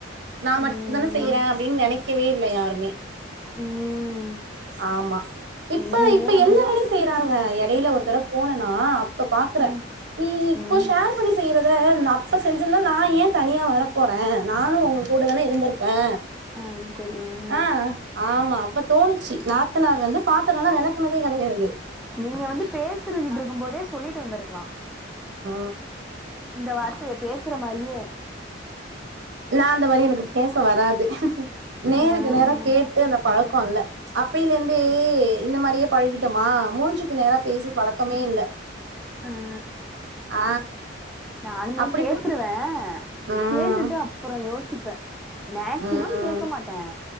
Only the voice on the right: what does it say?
நா
மட்டு தான செய்றே
அப்டின்னு நெனைக்கவே இல்ல யாருமே
ஆமா இப்ப
இப்ப
எல்லா வேலையு செய்றாங்க எடையில ஒரு தடவ போனனா அப்ப பாக்குற
நீ இப்போ
ஷேர் பண்ணி செய்றத அப்ப செஞ்சிருந்தா நா ஏ தனியா வரப் போறே நானு உங்க கூட தான இருந்திருப்பே
அ ஆமா அப்ப தோணுச்சு நாத்தனார் வந்து பாத்தரோலா வெளக்குனதே கெடயாது
ஆ
நா அந்த மாரி எனக்கு பேச வராது
நேருக்கு நேர கேட்டு அந்த பழக்கோ இல்ல அப்பையில இருந்தே இந்த மாரியே பழகிட்டோமா மூஞ்சிக்கு நேரா பேசி பழக்கமே இல்ல
ஆ
அப்டி
பே ம்
ம்